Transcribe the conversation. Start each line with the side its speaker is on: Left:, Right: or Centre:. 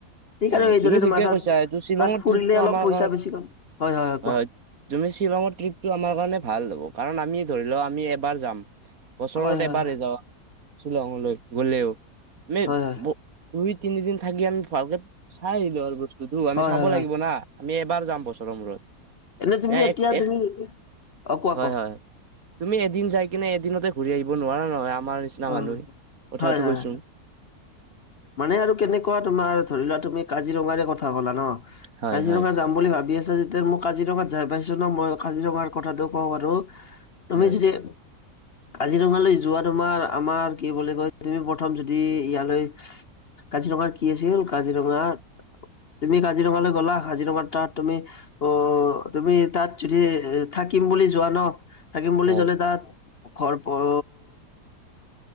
Left: ঠিক
Right: হয়
Left: আৰু এইদৰে
Right: তুমি ঠিকে
Left: তোমাৰ তাত,
Right: কৈছা এইটো শ্বিলঙৰ
Left: তাত ফুৰিলে
Right: ট্ৰিপটো
Left: অলপ
Right: আমাৰ
Left: পইচা
Right: কাৰ
Left: বেছি গ'ল হয়-হয়-হয়
Right: হয়
Left: কোৱা৷
Right: তুমি শ্বিলঙৰ ট্ৰিপটো আমাৰ কাৰণে ভাল হ'ব কাৰণ আমি ধৰি লোৱা আমি এবাৰ যাম৷ বছৰ
Left: হয়
Right: ৰ মূৰত
Left: হয়
Right: এবাৰেই যাাৱা শ্বিলঙলৈ গ'লেও ম
Left: হয় হয়
Right: দুই তিনিদিন থাকি আমি ভালকে চাই আহিলে হল বস্তুটো আমি
Left: হয়
Right: চাব
Left: হয় হয়
Right: লাগিব না৷ আমি এবাৰ যাম বছৰৰ মূৰত৷
Left: এনেই তুমি এতিয়া
Right: এক এক
Left: তুমি অ কোৱা-কোৱা৷
Right: হয় হয় তুমি এদিন যাই কিনে এদিনতে ঘূৰি আহিব নোৱাৰা নহয় আমাৰ নিচিনা
Left: অ
Right: মানুহে কথাটো
Left: হয় হয়
Right: কৈছো৷
Left: হয়। মানে আৰু কেনেকুৱা তোমাৰ ধৰি লোৱা তুমি কাজিৰঙাৰে কথা ক'লা ন৷
Right: হয়
Left: কাজিৰঙা
Right: হয়
Left: যাম বুলি ভাবি আছা যেতি তে মই কাজিৰঙাত যাই পাইিছো ন মই কাজিৰঙাৰ কথাটো কওঁ বাৰো তুমি
Right: হয়
Left: যদি কাজিৰঙালৈ যোৱা তোমাৰ আমাৰ কি বুলি কয় তুমি প্ৰথম যদি ইয়ালৈ কাজিৰঙাৰ কি আছিল কাজিৰঙা তুমি কাজিৰঙালৈ গ'লা কাজিৰঙা তাত তুমি অ তুমি তাত যদি এ থাকিম বুলি যোৱা ন। থাকিম বুলি
Right: হয়
Left: জ'লে তাত ঘৰ প।